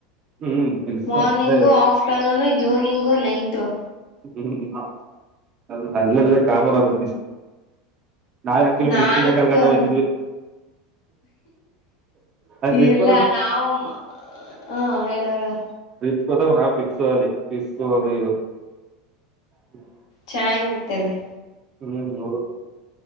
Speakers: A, on the right; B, on the left.
A: ಹ್ಮ್ ಫಿಶ್
B: ಮಾರ್ನಿಂಗೂ
A: ಆ ಕಡೆ
B: ಆಫ್ಟರ್ನೂನ್ ಇವ್ನಿಂಗೂ ನೈಟು.
A: ಹ್ಮ್ ಅ ಅಲ್ಲೆಲ್ಲ ಕಾಮನ್ ಅದು. ನಾವ ಆಕ್ಚುಲಿ
B: ನಾನ್
A: ಫಿಸ್ಕಿನ
B: ಅಕ್ಕನ್
A: ಕಲ್ಗಟ ಹೋಗ್ತಿದ್ವಿ ಆ ಟ್ರಿಪ್
B: ಇಲ್ಲ ನಾವು ಹಾ ಹೇಳೋ ಹೇಳೋ.
A: ಟ್ರಿಪ್ಸ್ ಗೋದಾವ್ ನಾವ್ ಫಿಕ್ಸು ಅಲ್ಲಿ ಫೀಸ್ ಗೋವಿವು. ಹ್ಮ್.
B: ಚೆನ್ನಾಗಿರುತ್ತೆಲ್ಲಿ.
A: ಹ್ಮ್ <unintelligible>